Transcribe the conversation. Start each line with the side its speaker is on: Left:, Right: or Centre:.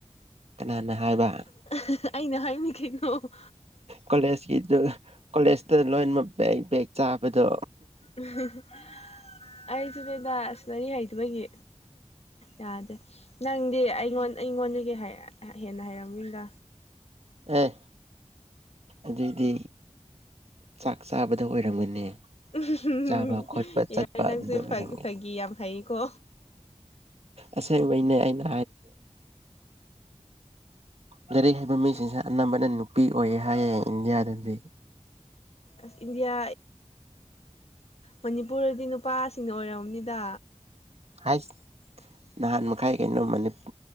Right: ꯀꯅꯥꯅ ꯍꯥꯏꯕ
Left: <unintelligible> ꯑꯩꯅ ꯍꯥꯏꯅꯤꯡꯈꯩꯅꯣ
Right: ꯀꯣꯂꯦꯖꯀꯤꯗꯨ ꯀꯣꯂꯦꯖꯇ ꯂꯣꯏꯃꯛ ꯕꯦꯛ ꯕꯦꯛ ꯆꯥꯕꯗꯣ
Left: <unintelligible> ꯑꯩꯁꯤ ꯀꯩꯗꯅꯔꯤ ꯍꯩꯗꯕꯒꯤ ꯌꯥꯗꯦ ꯅꯪꯗꯤ ꯑꯩꯉꯣꯟ ꯑꯩꯉꯣꯟꯗꯒꯤ ꯍꯦꯟꯅ ꯍꯩꯔꯝꯃꯤꯗ
Right: ꯑꯦ ꯑꯗꯨꯏꯗꯤ ꯆꯥꯛ ꯆꯥꯕꯗ ꯑꯣꯏꯔꯝꯒꯅꯤ
Left: ꯎꯝ
Right: ꯆꯥꯕ ꯈꯣꯠꯄ ꯆꯠꯄ
Left: ꯌꯥꯔ ꯅꯪꯁꯦ
Right: ꯑꯗꯨꯗ ꯑꯣꯏꯔꯝꯒꯅꯤ
Left: ꯐꯥꯒꯤ ꯐꯥꯒꯤ ꯌꯥꯝ ꯍꯥꯏꯀꯣ
Right: ꯑꯁꯦꯡꯕꯩꯅꯦ ꯑꯩꯅ ꯒꯥꯔꯤ ꯍꯥꯏꯕ ꯃꯤꯁꯤꯡꯁ ꯑꯅꯝꯕꯅ ꯅꯨꯄꯤ ꯑꯣꯏꯌꯦ ꯍꯥꯏꯌꯦ ꯏꯟꯗꯤꯌꯥꯗꯗꯤ
Left: ꯑꯁ ꯏꯟꯗꯤꯌꯥ ꯃꯅꯤꯄꯨꯔꯗꯤ ꯅꯨꯄꯥꯁꯤꯡꯅ ꯑꯣꯏꯔꯝꯝꯅꯤꯗ
Right: ꯍꯥꯏꯁ ꯅꯍꯥꯟ ꯃꯈꯥꯏ ꯀꯩꯅꯣ ꯃꯅꯤ